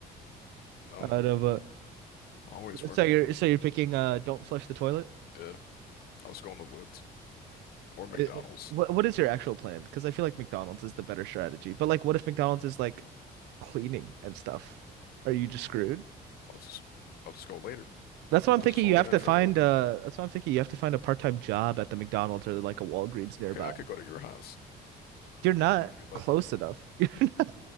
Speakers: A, on the left; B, on the right.
A: You know,
B: out of a
A: always working.
B: so you're so you're picking uh don't flush the toilet.
A: Yeah, I'll just go in the woods or McDonald's.
B: Uh, What what is your actual plan? Because I feel like McDonald's is the better strategy. But like what if McDonald's is like cleaning and stuff? Are you just screwed?
A: I'll just I'll just go later.
B: That's what I'm
A: I'll
B: thinking.
A: just hold
B: You have
A: it in
B: to
A: for
B: find
A: a little bit.
B: uh that's what I'm thinking. You have to find a part-time job at the McDonald's or like a Walgreens nearby.
A: Okay, I could go to your house
B: You're not
A: if you, if you let
B: close
A: me. I'm
B: enough. <laughs> You're not